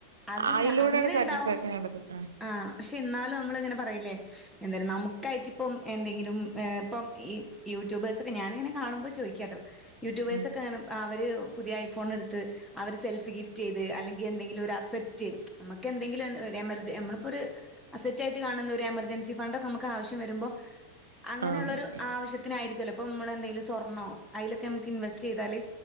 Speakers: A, in the centre; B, on the right.
A: അതല്ല
B: അയ്ലൂടെയാണ്
A: അങ്ങനെ
B: സാറ്റിസ്ഫാക്ഷൻ
A: ഇണ്ടാവും
B: കണ്ടത്തുന്നത്
A: ആഹ് പക്ഷെ എന്നാലും നമ്മളിങ്ങനെ പറയില്ലേ എന്തായാലും നമുക്കായിട്ട് ഇപ്പം എന്തെങ്കിലും ഏഹ് ഇപ്പ ഈ യൂട്യൂബേഴ്സ് ഒക്കെ ഞാനിങ്ങനെ കാണുമ്പോ ചോയ്ക്കാട്ടോ യൂട്യൂബേഴ്സൊക്കെ
B: ഉം
A: അവര് പുതിയ ഐഫോണ് എടുത്ത് അവര് സെൽഫ് ഗിഫ്റ്റ് ചെയ്ത് അല്ലെങ്കിൽ എന്തെങ്കിലും ഒരു അസറ്റ് നമുക്ക് എന്തെങ്കിലും ഒന്ന് ഒരു എമർ നമ്മളിപ്പോ ഒരു അസെറ്റ് ആയിട്ട് കാണുന്ന ഒരു എമർജൻസി ഫണ്ട് ഒക്കെ നമുക്ക് ആവശ്യം വരുമ്പോ അങ്ങനെയുള്ളൊരു
B: ആ
A: ആവശ്യത്തിനായിരിക്കോല്ലോ ഇപ്പ നമ്മൾ എന്തെങ്കിലും സ്വർണ്ണോ അയ്ലൊക്കെ നമുക്ക് ഇൻവെസ്റ്റ് ചെയ്താല്